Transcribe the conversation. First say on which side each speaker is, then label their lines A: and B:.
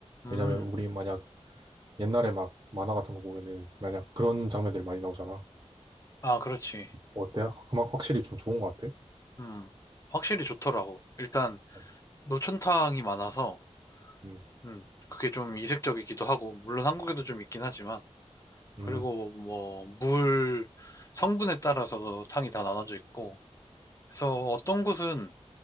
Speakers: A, on the left; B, on the right.
A: 음,
B: 왜냐면 우리 만약 옛날에 막 만화 같은 거 보면은 만약 그런 장면들이 많이 나오잖아.
A: 아, 그렇지.
B: 어때? 그만 확실히 좀 좋은 것 같아.
A: 음, 확실히 좋더라고. 일단
B: 어,
A: 노천탕이 많아서
B: 음,
A: 음, 그게 좀 이색적이기도 하고, 물론 한국에도 좀 있긴 하지만,
B: 음,
A: 그리고 뭐, 물 성분에 따라서도 탕이 다 나눠져 있고, 그래서 어떤 곳은